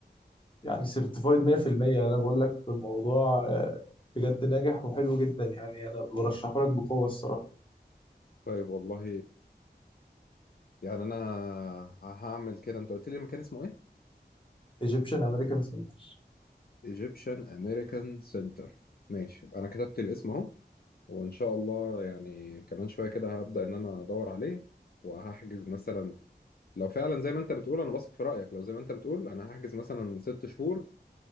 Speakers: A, on the left; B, on the left.
A: يعني سيرتيفايد 100% انا بقول لك في الموضوع آه، بجد ناجح وحلو جدا يعني انا برشحه لك بقوة الصراحة
B: طيب والله يعني انا هعمل كده انت قلت لي المكان اسمه ايه
A: Egyptian American Center
B: Egyptian American Center ماشي انا كتبت الاسم اهو وإن شاء الله يعني كمان شوية كده هبدأ إن أنا أدور عليه وهحجز مثلا لو فعلا زي ما أنت بتقول أنا بثق في رأيك لو زي ما أنت بتقول أنا هحجز مثلا ست شهور